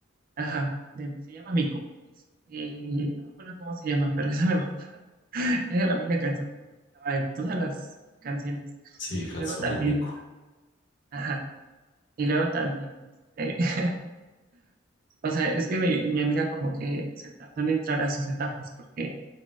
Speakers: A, on the right (about 45°); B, on the left (about 65°).
A: ajá, de- se llama Miko eh, no me acuerdo cómo se llama, pero <laughs> esa me gusta, era la única canción que me gustaba de todas las canciones,
B: Sí,
A: y
B: Hatsune
A: luego también,
B: Miku.
A: ajá, y luego también. este, O sea, es que mi, mi amiga como que se tardó en entrar a sus etapas porque